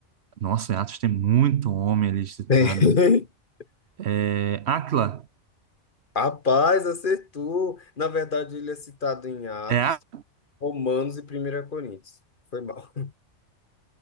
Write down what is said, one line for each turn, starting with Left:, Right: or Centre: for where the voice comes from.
Right: Nossa, em Atos tem muito homem ali citado.
Left: Tem. <laughs>
Right: É, Áquila?
Left: Rapaz, acertou. Na verdade, ele é citado em Atos,
Right: É, Á-
Left: Romanos e primeira Coríntios. Foi mal.